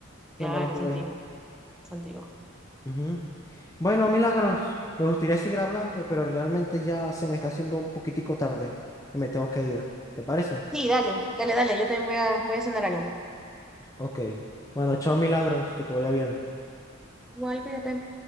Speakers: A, on the left (about 15°); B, in the centre.
A: que
B: claro,
A: me lo jugué.
B: es antiguo, es antiguo.
A: Ujú. Bueno, Milagros, me gustaría seguir hablando, pero realmente ya se me está haciendo un poquitico tarde y me tengo que ir. ¿Te parece?
B: Sí, dale, dale, dale, yo también voy a, voy a cenar algo.
A: Ok. Bueno, chao, Milagros, que te vaya bien.
B: Igual, cuídate.